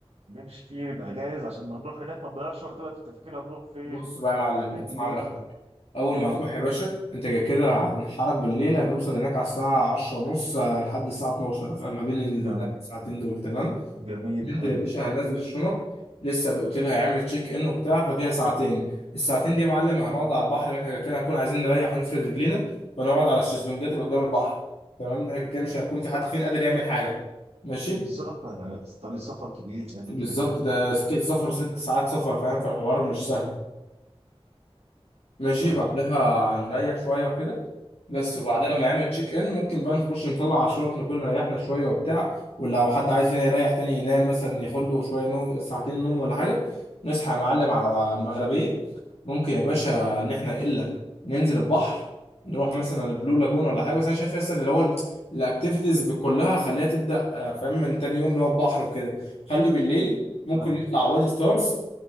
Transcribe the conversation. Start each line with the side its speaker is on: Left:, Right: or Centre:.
Right: نمشي فيه نبقى جاهز عشان ما نروح هناك ما نضيعش وقت بقى في التفكير هنروح فين
Left: بص بقى يا معلم
Right: هنعمل
Left: اسمع
Right: ايه
Left: من اخوك
Right: فاهم
Left: اول
Right: قول
Left: ما
Right: لي
Left: هتروح يا باشا انت كده كده هتنحرك بالليل هنوصل هناك على الساعه 10 ونص لحد الساعه 12 فما بين
Right: جميل
Left: الساعتين دول تمام
Right: جميل
Left: ننزل
Right: حلو
Left: يا باشا هننزل الشنط لسه الاوتيل هيعمل تشيك ان وبتاع ففيها ساعتين الساعتين دي يا معلم هنقعد على البحر احنا كده كده هنكون عايزين نريح ونفرد رجلينا فنقعد على الشезлونجات اللي قدام البحر تمام ده كده مش هيكون في حد فينا قادر يعمل حاجه ماشي
Right: بالظبط انا طريق سفر كبير يعني
Left: بالظبط
Right: كده كده
Left: ده سكه سفر ست ساعات سفر فاهم فالحوار مش سهل ماشي
Right: ف...
Left: بعدها هنريح شوية وكده بس وبعدها لما يعمل تشيك ان ممكن بقى نخش نطلع على الشنط نكون ريحنا شوية وبتاع ولو حد عايز فينا يريح تاني ينام مثلا ياخد له شوية نوم ساعتين نوم ولا حاجة نصحى يا معلم على المغربية ممكن يا باشا إن إحنا إلا ننزل البحر نروح مثلا البلو لاجون ولا حاجة بس أنا شايف ياسر اللي هو الأكتيفيتيز كلها خليها تبدأ آه، فاهم من تاني يوم اللي هو البحر وكده خلي بالليل ممكن
Right: ف...
Left: نطلع
Right: ف-
Left: وادي ستارز